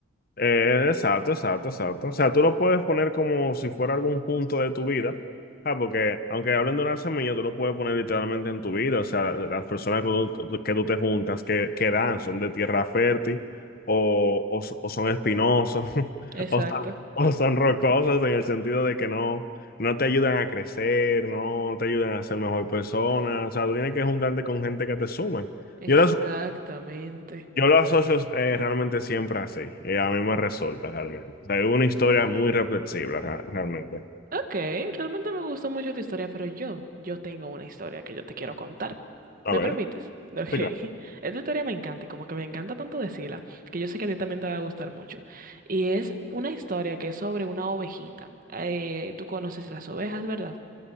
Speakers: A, on the left; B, on the right.
A: Eh, exacto, exacto, exacto. O sea, tú lo puedes poner como si fuera algún punto de tu vida. Ah, porque aunque hablen de una semilla, tú lo puedes poner literalmente en tu vida. O sea, las personas que tú, que tú te juntas, que, que dan, son de tierra fértil o, o, s- o son espinosos <laughs>
B: Exacto.
A: o, son- o son rocosos en el sentido de que no, no te ayudan a crecer, no te ayudan a ser mejor persona. O sea, tú tienes que juntarte con gente que te sume.
B: Exactamente.
A: Yo las yo lo asocio eh, realmente siempre así. eh, a mí me resulta realmente. O sea, es una historia muy reflexiva ra- realmente.
B: Ok, realmente me gustó mucho tu historia, pero yo, yo tengo una historia que yo te quiero contar.
A: A
B: ¿Me
A: ver,
B: permites? Ok.
A: sí,
B: <laughs>
A: claro.
B: Esta historia me encanta y como que me encanta tanto decirla, que yo sé que a ti también te va a gustar mucho. Y es una historia que es sobre una ovejita. Eh, tú conoces las ovejas, ¿verdad?